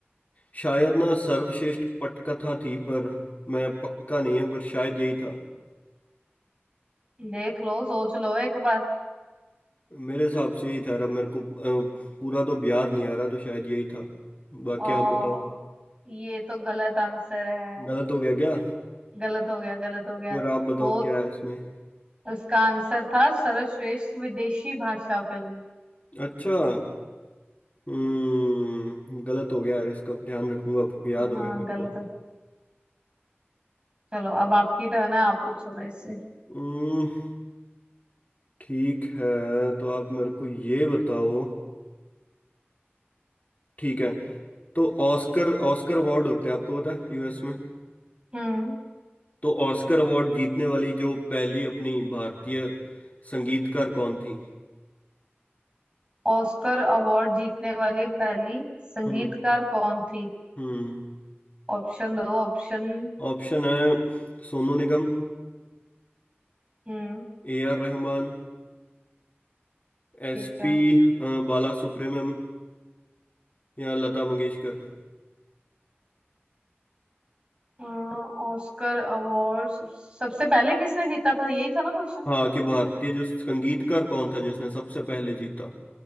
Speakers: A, on the left; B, on the right.
A: शायद ना सर्वश्रेष्ठ पटकथा थी पर मैं पक्का नहीं है पर शायद यही था
B: देख लो सोच लो एक बार
A: मेरे हिसाब से यही था यार, अब मेरे को अ, पूरा तो अब याद नहीं आ रहा तो शायद यही था बाकी
B: और
A: आप बताओ
B: ये तो गलत आंसर है
A: गलत हो गया क्या
B: गलत हो गया गलत हो गया
A: फिर आप बताओ
B: वो
A: क्या है इसमें
B: उसका आंसर था सर्वश्रेष्ठ विदेशी भाषा फिल्म
A: अच्छा हम्म गलत हो गया यार इसका ध्यान रखूंगा अब याद हो
B: हाँ
A: गया मेरे
B: गलत
A: को
B: है। चलो अब आपकी टर्न है आप पूछो मेरे से
A: हम्म ठीक है तो आप मेरे को ये बताओ ठीक है तो ऑस्कर ऑस्कर अवार्ड होते हैं आपको पता है यूएस में
B: हम्म
A: तो ऑस्कर अवार्ड जीतने वाली जो पहली अपनी भारतीय संगीतकार कौन थी
B: ऑस्कर अवार्ड जीतने वाली पहली संगीतकार
A: हम्म
B: कौन थी
A: हम्म
B: ऑप्शन दो ऑप्शन
A: ऑप्शन है Sonu Nigam
B: हम्म
A: A R Rahman S
B: ठीक है
A: P Bala Subrahmanyam या लता मंगेशकर
B: अ, ऑस्कर अवार्ड सब- सबसे पहले किसने जीता था यही था ना क्वेश्चन
A: हाँ कि भारतीय जो संगीतकार कौन था जिसने सबसे पहले जीता